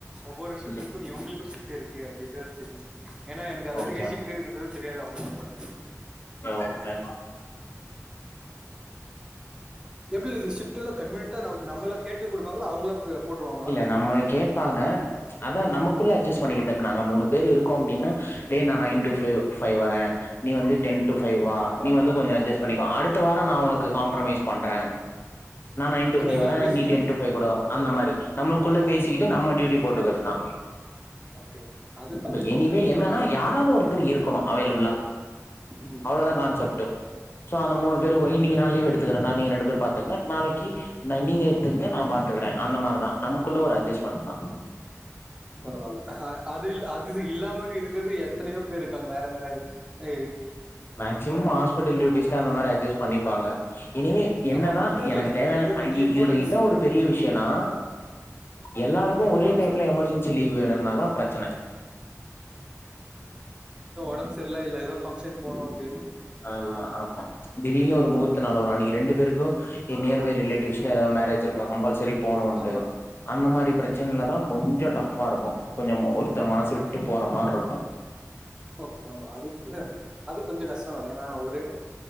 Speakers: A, on the right; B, on the left.
A: ஒவ்வொரு
B: ஓகே
A: ஷிஃப்டுக்கு
B: ம்
A: இவ்ங்ள்க்கு ஷிஃப்ட் இருக்கு அப்டின்றது தெரியு ஏன்னா எனக்கு அது
B: ஓகே
A: வரைக்கே ஷிஃப்ட் இருக்குன்றது தெரியாது அவங்கள்க் கூட
B: ஓகே ஓகே
A: எப்டி ஷிஃப்ட் எல்லா கன்வீனன்ட்டா நம் நம்மள கேட்டு குடுப்பாங்ளா அவங்களா போட்டுருவாங்களா
B: இல்ல நம்மள கேப்பாங்க அதா நமக்குள்ள அட்ஜஸ் பண்ணிக்கற்து இப்ப நாங்க மூணு பேரு இருக்கோ அப்டின்னா டே நா நைன் ட்டு ஃபை வரேன் நீ வந்து டென் டு ஃபை வா நீ வந்து கொஞ்சொ அட்ஜஸ் பண்ணிக்க அடுத்த வாரம் நா உனக்கு காம்ப்ரமைஸ் பண்ற நா நைன் டு ஃபை
A: நீங்களா
B: வரேன்
A: பேசிக்கணும்
B: நீ டென் டு ஃபை கூட அந்த மாரி நம்மள்க்குள்ள பேசிகிட்டு
A: ஓகே
B: நம்ம ட்யூட்டி போட் க்கறதா
A: ஓகே ஓகே அது கொஞ்சம் பிரச்சனை
B: எனி வே
A: ஏன்னா
B: என்னனா
A: இ-
B: யாராவது ஒருத்தர் இருக்கணு அவைலப்ல்லா
A: ம்,
B: அவ்வளவுதா
A: ஆமா
B: கான்செப்ட் சோ அந்த மூணு பேரு இன்னிக் கி நா லீவு எடுத்துக்குறண்டா நீங்க ரெண்டு பேரும் பாத்துங்க நாளைக்கு நீங்க எடுத்துங்க நா பாத்துக்கிறே அந்த மாரிதா நமக்குள்ள ஒரு அட்ஜஸ்மெண்டு தா
A: பரவால்ல அது இல்ல அது இல்லாம இருக் க்குது எத்தனையோ பேர் இருக்காங்க வேற வேற ஏ
B: மேக்சிமம் ஹாஸ்பிட்டல் டியூட்டிஸ்ல அந்த மாரி அட்ஜஸ்ட் பண்ணிப்பாங்க இனிமே என்னன்னா
A: ஆமா மத்த இதுல
B: எனக்கு
A: சொல்றேன்
B: தேவையான
A: இது கொஞ்சம்
B: இதுல
A: இம்பார்ட்டன்ஸ்
B: என்ன ஒரு பெரிய விஷயம்னா எல்லாருக்கும் ஒரே
A: ஆ
B: டைம்ல
A: சொல்லு
B: எமர்ஜென்சி லீவ் வேணும்னாதா பிரச்சன
A: டம்பு சரியில்ல இல்ல ஏதோ ஃப்பங்கஷன் போனும் அப்
B: ஆமா ஆமா திடீருனு ஒரு முகூர்த்த நாள் வரும் அன்னைக்கு ரெண்டு பேருக்கும் நியர் பை ரிலேட்டிவ்ஸில் ல ஏதாவது மேரேஜ் இருக்கும் கம்பல்சரி போகணுன்ட்டு
A: ஆமா
B: அந்த மாரி பிரச்சனைைல தா கொஞ்சம் டஃபா இருக்கும் கொஞ்சம் ஒருத்தர் மனசு விட்டு போற மாரி இருக்கும்
A: ஓகே ஆமா அது அது கொஞ்சம் கஷ்ட தா ஏன்னா ஒரு